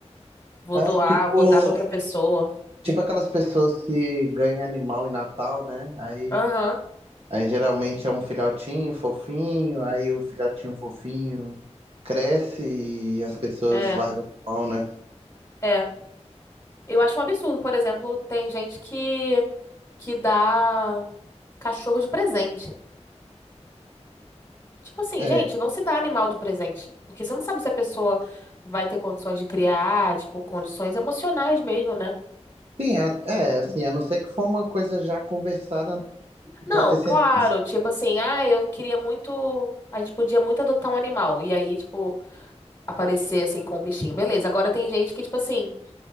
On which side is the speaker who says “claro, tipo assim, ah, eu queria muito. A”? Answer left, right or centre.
Left